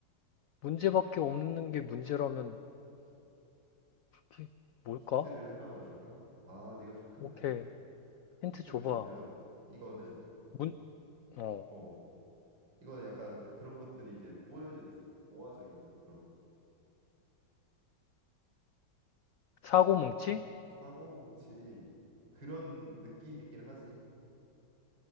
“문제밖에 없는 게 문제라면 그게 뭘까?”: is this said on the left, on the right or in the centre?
Left